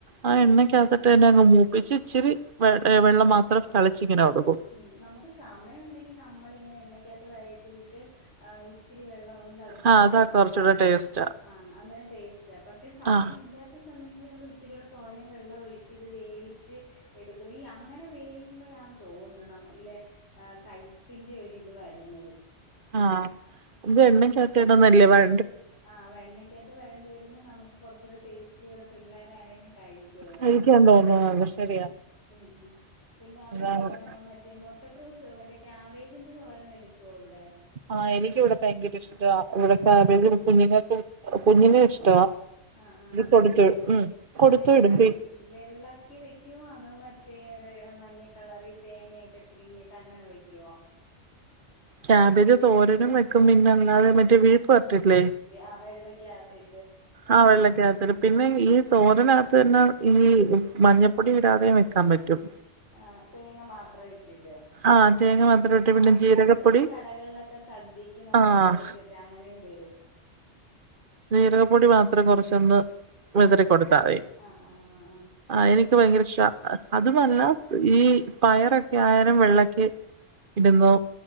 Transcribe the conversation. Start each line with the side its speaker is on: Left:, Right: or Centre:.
Right: ആ എണ്ണയ്ക്കകത്തിട്ട് തന്നെ അങ്ങ് മൂപ്പിച്ച് ഇച്ചിരി വെ വെള്ളം മാത്രം തളിച്ച് ഇങ്ങനെ കൊടുക്കും
Left: ഉം നമുക്ക് സമയം ഉണ്ടെങ്കിൽ നമ്മള് ഇങ്ങനെ എണ്ണക്കകത്ത് വഴട്ടിയിട്ട് ആഹ് ച്ചിരി വെള്ളം തളി
Right: ആഹ് അതാ കുറച്ചൂടെടേസ്റ്റ്
Left: ആഹ് അന്നേരം ടേസ്റ്റ് പക്ഷെ സമയം
Right: ആ
Left: ഇല്ലാ ത്തെ സമയങ്ങളിൽ നമ്മള് ഇച്ചിരൂടെ തോനെ വെള്ളം ഒഴിച്ച് ഇത് വേവിച്ച് എടുക്കും ഈ അങ്ങനെ വേവി മ്പോഴാന്ന് തോന്നുന്നു നമ്മ ഇല്ലെ കയപ്പിന്റെ ഒരുരിത് വരുന്നത്
Right: ആഹ് ഇത് എണ്ണയ്ക്കകത്ത് കിടന്നല്ലേ വഴ
Left: ആഹ് വെണ്ണയ്ക്കാത്ത് വഴണ്ട് വരുമ്പോൾ നമുക്ക് കുറച്ചുകൂടി ടേസ്റ്റിയോടെ പിള്ളേരാണെലും കഴി <unintelligible>
Right: കഴിക്കാൻ തോന്നുന്നത് ശരിയാ
Left: ഉം പിന്നെ അവിടെ
Right: അതാണ്
Left: മറ്റേ മറ്റേ മൊട്ടക്രൂസ് മറ്റേ ക്യാബേജിന്റെ തോരന് എടുക്കുവോ ഇവിടെ
Right: ആഹ് എനിക്കിവിടെ ഭയങ്കര ഇഷ്ടവ കൂടെ കാബേജ് കുഞ്ഞുങ്ങൾക്കും കുഞ്ഞിനും ഇഷ്ടവ
Left: ആ ആ
Right: അത്
Left: ആ
Right: കൊടുത്തു ഉം കൊടുത്തു
Left: അതെങ്ങനെ
Right: വിടും
Left: വെള്ളക്കി വെക്കുവോ അതോ മറ്റേ മഞ്ഞ കളറി തേങ്ങയൊക്കെ തിരിമ്മീട്ട് അങ്ങനെ വെക്കുവോ
Right: ക്യാബേജ് തോരനും വെക്കും പിന്നെ അല്ലാതെ മറ്റേ മെഴുക്ക് വറട്ടില്ലേ
Left: ആഹ് വെള്ളക്കകത്ത്
Right: ആഹ് വെള്ളക്കകത്തിടും പിന്നെ ഈ തോരനകത്ത് തന്നെ ഈ മഞ്ഞപ്പൊടി ഇടാതെയും വെക്കാൻ പറ്റും
Left: ആഹ് തേങ്ങ മാത്ര ഇട്ടിട്ട്
Right: ആഹ് തേങ്ങ മാത്രം ഇട്ട്
Left: ആഹ്
Right: പിന്നെ ജീരകപ്പൊടി
Left: ചില കടകളിലൊക്കെ സദ്യക്ക് നമുക്ക്
Right: ആഹ്
Left: ഇത് അങ്ങനെയും തരും
Right: ജീരകപ്പൊടി മാത്രം കുറച്ചൊന്ന് വിതറി
Left: ആ ആ
Right: കൊടുത്താതി
Left: ആ ആ ആ ആ
Right: ആഹ് എനിക്ക് ഭയങ്കര ഇഷ്ട അതുമല്ല ഈ പയറൊക്കെ ആയാലും വെള്ളക്ക് ഇടുന്നോ
Left: ആ ആ